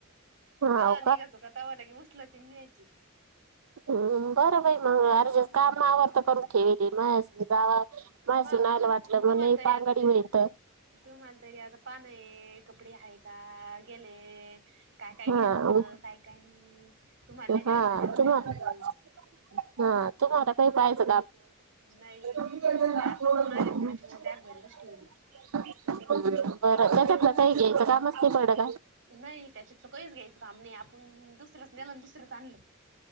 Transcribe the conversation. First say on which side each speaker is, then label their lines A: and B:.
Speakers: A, on the right (about 85°); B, on the right (about 60°).
A: हा
B: जा
A: हो
B: निघायचो का तवाला की उसलाची न्यायची
A: हम बरं बाई मग अरे ज काम आवरत. करून ठेली माझस जावा
B: मग
A: माझसूनयला
B: तू
A: वाटलं
B: तुम्हाला
A: मण
B: तरी
A: बांगडी
B: आता
A: म्हत.
B: तुम्हाला तरी आता पान कपडे आहे का? ता गेले काय काय घ्यायचं
A: हा
B: काय काय नाही. तुम्हाला लय दिवस
A: हा
B: झाले आता
A: तुम्हा
B: फिरायला
A: हा
B: जाऊन
A: तुम्हाला आला काही पाहाचं.
B: नाही
A: <unintelligible>
B: मी आता जाऊन आले मग त्याच्यामुळे बॅग भरीलच ठेवली
A: <unintelligible> बरं, त्याच्यातलं कई घ्यायचं कामच नई पडत
B: नाही, त्याच्यात तर कहीच घ्यायचं काम नई, आपण दुसरंच नेलं आणि दुसरंच आणलं